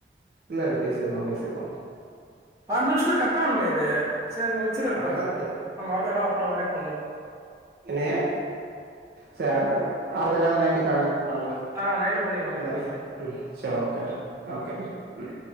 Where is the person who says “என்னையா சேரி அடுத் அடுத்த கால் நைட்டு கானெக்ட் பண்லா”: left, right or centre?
Right